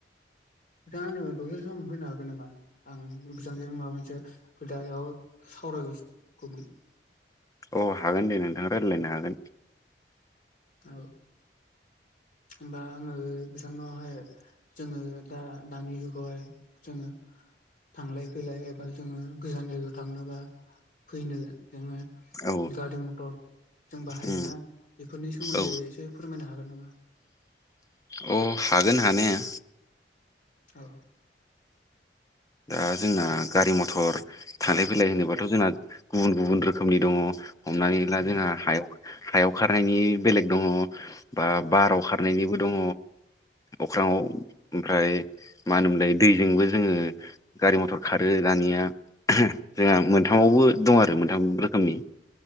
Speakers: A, on the left (about 50°); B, on the left (about 20°).
A: दा नों दसे सम होनो हा गोन नामा आं बिथांजों माबा मोनसे खोदायाव सावरायगौमोन।
B: अ हागोन दे नोंथाङा रायज्लायनो हागोन।
A: औ होमबा आङो बिथांनावहाय जोङो दा दानि जुगावहाय जोङो थांलाय फैलाय एबा जोङो गोजान जायगायाव थांनोबा फैनो जोङो
B: औ
A: गारि मथर जों बाहायोना
B: उम
A: बेफोरनि सोमोन्दै
B: औ
A: एसे फोरमायनो हागोन नामा?
B: अ हागोन हानाया।
A: औ।
B: दा जोंना गारि मथर थांलाय फैलाय होनोबाथ' जोंना गुबुन गुबुन रोखोमनि दङ। हमनानै ला
A: उम
B: जोंहा हायाव हायाव खारनायनि बेलेग दङ बा बाराव खारनायनिबो दङ। अख्राङाव ओमफ्राय मा होनोमोनलाय दैजोंबो जोङो गारि मथर खारो दानिया जोंहा
A: औ
B: मोनथामावबो दं आरो मोनथाम रोखोमनि।